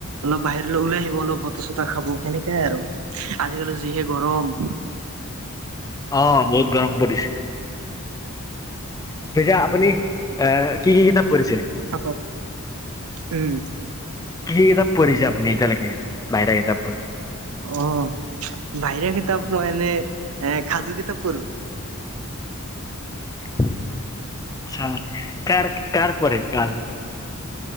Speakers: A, on the right; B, on the left.
A: অলপ বাহিৰলৈ ওলাই আহিব, অলপ বতাহ-চতাহ খাব, সেনেকাই আৰু, আজিকালি যিহে গৰম।
B: অ', বহুত গৰম পৰিছে। পিছে আপুনি, এ কি-কি কিতাপ পঢ়িছে?
A: থাকক, উম।
B: কি-কি কিতাপ পঢ়িছে আপুনি এতিয়ালৈকে, বাহিৰা কিতাপবোৰ?
A: অ', বাহিৰা কিতাপ মই এনে, এ সাধু কিতাপ পঢ়ো।
B: আচ্ছা, কাৰ, কাৰ পঢ়ে, কাৰ?